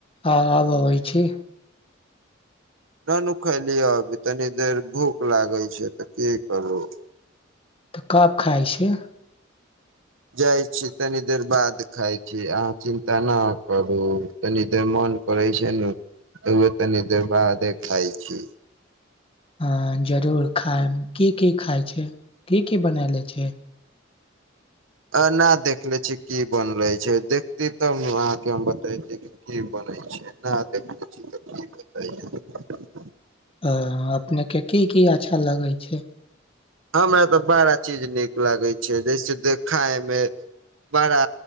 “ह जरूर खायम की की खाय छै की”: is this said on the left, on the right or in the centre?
Left